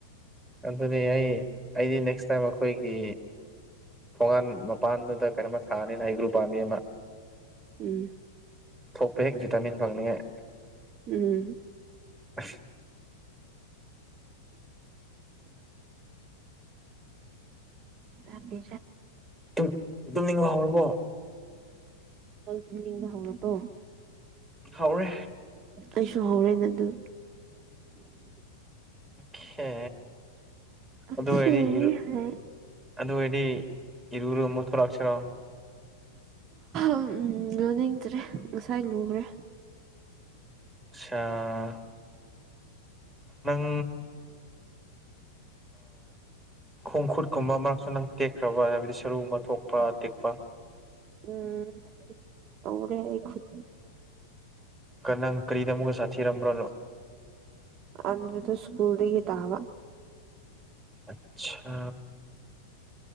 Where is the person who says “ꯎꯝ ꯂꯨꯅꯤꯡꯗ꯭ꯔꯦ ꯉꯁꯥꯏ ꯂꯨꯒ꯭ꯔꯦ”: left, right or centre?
Right